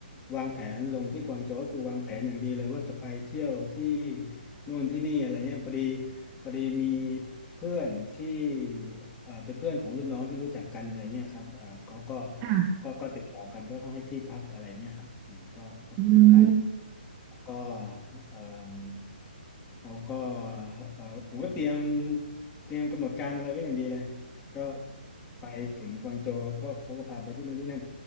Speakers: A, on the left; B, on the right.
A: วางแผนลงที่กวางโจวก็คือวางแผนอย่างดีเลยว่าจะไปเที่ยวที่นู่นที่นี่อะไรเงี้ยพอดีพอดีมีเพื่อนที่เอ่อเป็นเพื่อนของรุ่นน้องที่รู้จักกันอะไรเงี้ยครับเอ่อเขาก็
B: ค่ะ
A: ก็ก็ติดต่อกันก็ให้ที่พักอะไรเงี้ยครับอืมก็ก็ก็ไป
B: อืม
A: ก็เอิ่มเขาก็เอ่อผมก็เตรียมเตรียมกำหนดการอะไรไว้อย่างดีเลยก็ไปถึงกวางโจวก็เขาก็พาไปที่นู่นที่นั่น